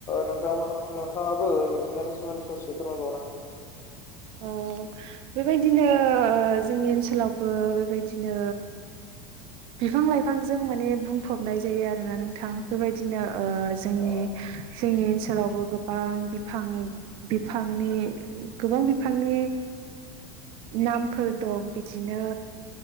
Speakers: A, on the left (about 25°); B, on the right (about 45°).
A: नों-नोंथाङाबो मिथिंगानि सोमोनदै ससे फोरमाय
B: अ बेबाय दिनो जोंनि ओनसोलावबो बेबायदिनो बिफां-लाइफांजों माने बुंफबनाय जायो आरोना नोंथां बेबायदिनो ओ जोंनि
A: औ
B: जोंनि ओनसोलावबो गोबां बिफां-बिफांनि गोबां बिफांनि नामफोर दं बिदिनो